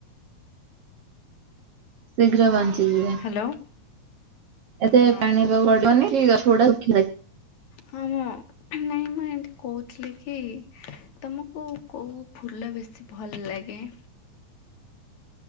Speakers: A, on the right (about 65°); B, on the left (about 70°).
A: ଶୀଘ୍ର ବଞ୍ଚିଯିବେ।
B: ହ୍ୟାଲୋ।
A: ଏତେ
B: ହଁ
A: ପାଣିି ଦବନି କି ଗଛ ଗୁଡା ଉଠି ଯାଏ।
B: ହଁ ମୁଁ ନାଇଁ ମୁଁ ଏମତି କହୁଥିଲି କି ତୁମକୁ କୋଉ ଫୁଲ ବେଶୀ ଭଲ ଲାଗେ।